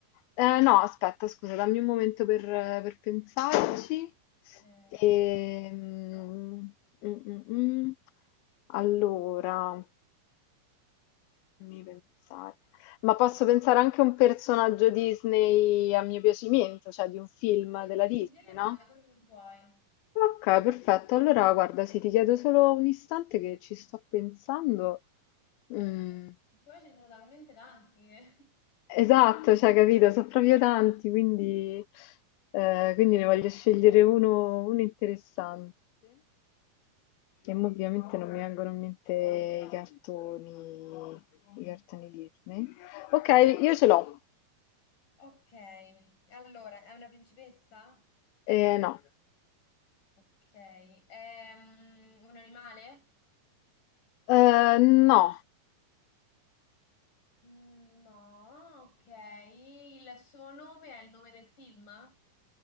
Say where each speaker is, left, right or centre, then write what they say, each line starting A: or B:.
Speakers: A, on the left; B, on the left.
A: Eh, no, aspetta, scusa, dammi un momento per, per pensarci.
B: Eh,
A: Ehm, mm, mm, mm. Allora. Fammi pensare. Ma posso pensare anche a un personaggio Disney a mio piacimento, cioè di un film
B: sì,
A: della
B: sì,
A: Disney,
B: in generale,
A: no?
B: quello che vuoi.
A: Ok, perfetto. Allora, guarda, sì, ti chiedo solo un istante che ci sto pensando. Mm,
B: Vai, vai. Che poi ce ne sono talmente tanti che...
A: esatto, cioè, capito, sono proprio tanti, quindi, eh, quindi ne voglio scegliere uno, uno interessante. E mo ovviamente non mi vengono in mente i cartoni, i cartoni Disney. Ok, io ce l'ho.
B: Ok, allora, è una principessa?
A: Ehm, no.
B: Ok, è mm, un animale?
A: Ehm, no,
B: Mm, No, ok. Il suo nome è il nome del film? Ah,